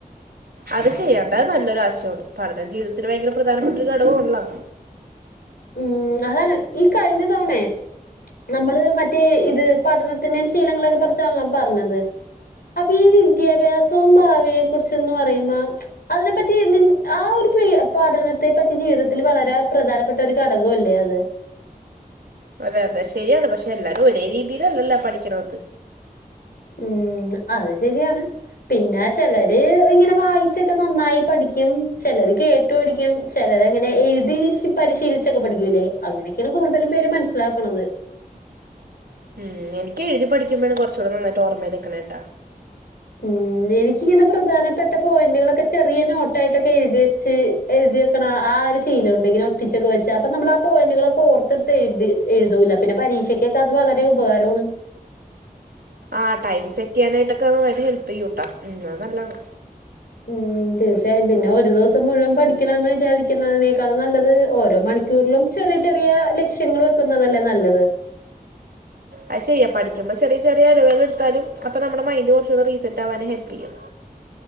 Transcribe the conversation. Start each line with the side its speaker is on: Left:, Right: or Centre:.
Right: അത് ചെയ്യേണ്ടത് നല്ലൊരു ആശയമാണ് പഠനം ജീവിതത്തില് ഭയങ്കര പ്രധാനപ്പെട്ട ഒരു ഘടകവാണല്ലോ
Left: ഉം അതാണ് ഈ കഴിഞ്ഞ തവണേ നമ്മള് മറ്റേ ഇത് പഠനത്തിന്റെയും ശീലങ്ങളൊക്കെ കുറിച്ചാണല്ലോ പറഞ്ഞത് അപ്പൊ ഈ വിദ്യാഭ്യാസവും ഭാവിയെ കുറിച്ചൊന്ന് പറയുന്ന അതിനെപ്പറ്റി നിൻ ആ ഒരു പി പഠനത്തെ പറ്റി ജീവിതത്തിൽ വളരെ പ്രധാനപ്പെട്ട ഒരു ഘടക കല്ലേ അത്
Right: അതെ അതെ ശരിയാണ് പക്ഷെ എല്ലാരും ഒരേ രീതിയിലല്ലല്ലോ പഠിക്കണത്
Left: ഉം അത് ശെരിയാണ് പിന്നെ ചെലര് ഇങ്ങനെ വായിച്ചൊക്കെ നന്നായി പഠിക്കും ചെലര് കേട്ട് ചറ്റു പഠിക്കും ചിലത്ങ്ങനെ എഴുതി പരിശീലിച്ചൊക്ക പഠിക്കൂലെ അങ്ങനെക്കേണ് കൂടുതലും പേര് മനസ്സിലാക്ക്ണത്
Right: ഉം എനിക്ക് എഴ്തി പഠിക്കുമ്പഴാണ് കൊറ്ച്ചൂട നന്നായിട്ട് ഓർമ്മെ നിക്ക്ണേട്ട
Left: ഉം എനിക്കിങ്ങനെ പ്രധാനപ്പെട്ട പോയിന്റുകളൊക്കെ ചെറിയ നോട്ടായിട്ടൊക്ക എഴുതി വെച്ച് എഴുതി വെക്ക്ണ ആഹ് ഒരു ശീലവുണ്ട് ഇങ്ങന ഒട്ടിച്ചൊക്കെ വെച്ച അപ്പ നമ്മൾ ആഹ് പോയിന്റുകളൊക്ക ഓർത്ത് ത്തു എഴുതൂല്ലെ പിന്ന പരീക്ഷയ്ക്കൊക്ക അത് വളരെ ഉപകാരാണ്
Right: ആഹ് ടൈമ് സെറ്റീയ്യാനായിട്ടൊക്ക അത് നന്നായിട്ട് ഹെല്പിയ്യൂട്ടാ ഉം അത് നല്ലത്
Left: ഉം തീർച്ചയായും പിന്നെ ഒര് ദിവസം മുഴുവൻ പഠിക്കണം എന്ന് വിചാരിക്കുന്നതിനേക്കാളും നല്ലത് ഓരോ മണിക്ക കൂറ്ലും ചെറിയ ചെറിയ ലക്ഷ്യങ്ങള് വെക്ക്ന്നതല്ലെ നല്ലത്
Right: അയ് ശരിയാ പഠിക്കുമ്പൊ ചെറിയ ചെറിയ എടവേളകളെട്ത്താലും അപ്പൊ നമ്മടെ മൈൻഡ് കൊറ്ച്ചൂട റീസെറ്റാവാന് ഹെൽപിയ്യും